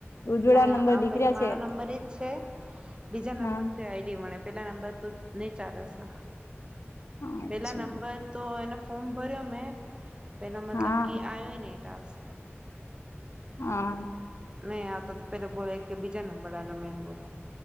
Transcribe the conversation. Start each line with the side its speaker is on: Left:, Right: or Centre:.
Left: ઉજળા
Right: ના
Left: નંબર
Right: આ
Left: દીખ
Right: પેલા
Left: રહ્યા
Right: મારા
Left: છે
Right: નંબર એજ છે બીજા નંબરથી
Left: હા
Right: આઈડી મળે પેલા નંબર તો નહીં ચાલે છે
Left: અચ્છા
Right: પેલા નંબર તો એને ફોર્મ ભર્યો મેં પેલા મતલબ
Left: હા
Right: કે આવ્યોય નહીં ટાસ્ક.
Left: હા.
Right: નહીં આતો તો પેલા બોલે કે બીજા નંબર દળો મેમ બોલે.